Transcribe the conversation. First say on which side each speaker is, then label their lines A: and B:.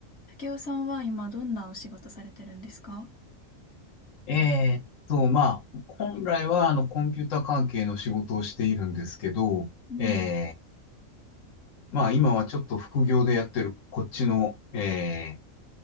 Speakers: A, on the left (about 50°); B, on the left (about 70°).
A: 竹雄さんは今どんなお仕事されてるんですか
B: えーっと、まあ、本来はあのコンピュータ関係の仕事をしているんですけど、
A: うん、
B: えー、まあ今はちょっと副業でやってるこっちの、え